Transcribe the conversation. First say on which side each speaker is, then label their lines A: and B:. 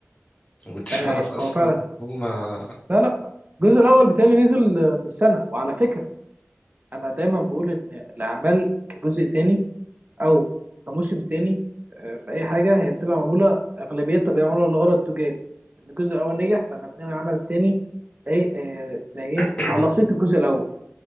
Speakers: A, on the left (about 25°); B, on the right (about 35°).
A: ما كنتش
B: اي
A: أعرف
B: اي
A: أصلا
B: هو فعلا
A: هما
B: لا لا الجزء الاول بتاعي نزل من سنة وعلى فكرة انا دايما بقول ان الاعمال كجزء تاني او كموسم تاني آه، في اي حاجة هي بتبقى معمولة اغلبيتها بتبقى معمولة لغرض تجاري ان الجزء الاول نجح فانا بنعمل العمل التاني ايه آه، زي ايه
A: <coughs>
B: على صيت الجزء الاول